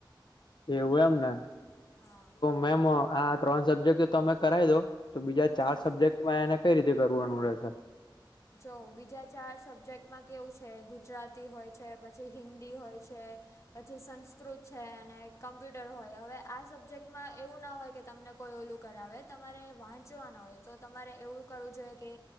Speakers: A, on the left; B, on the left.
A: એવું એમને.
B: હા.
A: મેમ આ ત્રણ સબ્જેક્ટ તો તમે કરાવી દો તો બીજા ચાર
B: હા
A: સબ્જેક્ટમાં એને. કઈ રીતે કરવાનું રહે છે.
B: જો બીજા ચાર સબ્જેક્ટમાં કેવું છે ગુજરાતી હોય છે પછી હિન્દી હોય છે. પછી સંસ્કૃત છે અને કમ્પ્યુટર હોય હવે આ સબ્જેક્ટમાં એવું ના હોય કે તમને. કોઈ ઓલું કરાવે તમારે વાંચવાના હોય તો તમારે એવું કરવું જોઈએ કે.